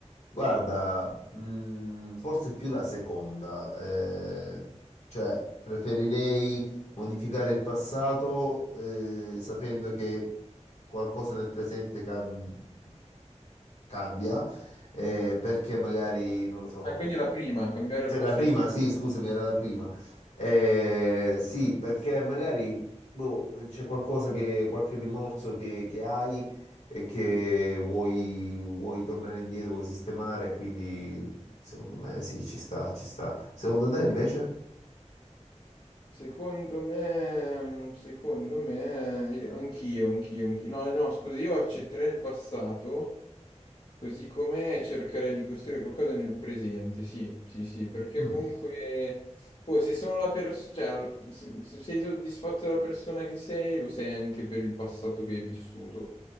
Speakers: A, on the left (about 75°); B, on the left (about 50°).
A: Guarda, mh, forse più la seconda, eh, cioè preferirei modificare il passato eh, sapendo che qualcosa nel presente cam- cambia, eh, perché magari, non lo so.
B: Ah, quindi la prima, cambiare
A: Cioè,
B: il passato.
A: la prima, sì, scusami, era la prima. Eh, sì, perché magari boh, c'è qualcosa che, qualche rimorso che, che hai e che vuoi, vuoi tornare indietro, vuoi sistemare, quindi secondo me sì, ci sta, ci sta. Secondo te invece?
B: Secondo me, mm, secondo me, io- anch'io, anch'io, anch'io. No, no, scusa, io accetterei il passato così com'è e cercherei di costruire qualcosa nel presente, sì, sì, sì, perché
A: Mm.
B: comunque, oh, se sono la persona, cioè, se, se sei soddisfatto della persona che sei, lo sei anche per il passato che hai vissuto.